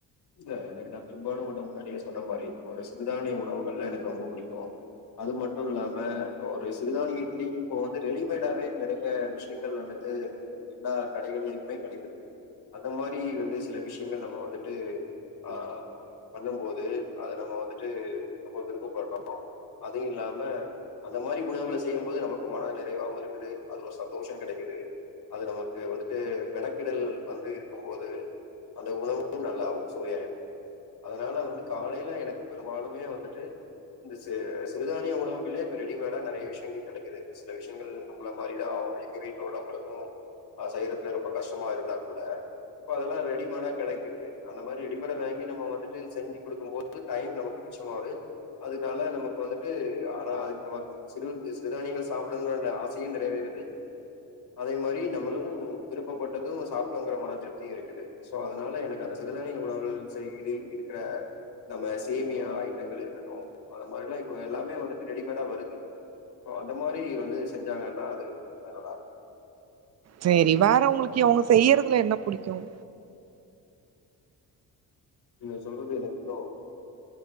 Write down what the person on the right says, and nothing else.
சரி வேற அவங்களுக்கு அவங்க செய்யறதுல என்ன புடிக்கும்